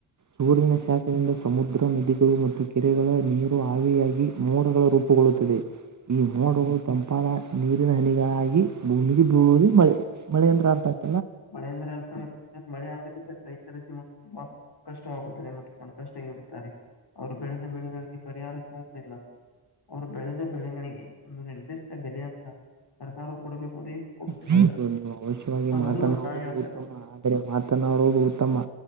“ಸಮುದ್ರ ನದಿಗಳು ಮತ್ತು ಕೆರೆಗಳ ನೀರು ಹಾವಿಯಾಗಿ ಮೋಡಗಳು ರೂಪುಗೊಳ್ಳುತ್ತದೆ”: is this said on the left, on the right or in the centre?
Right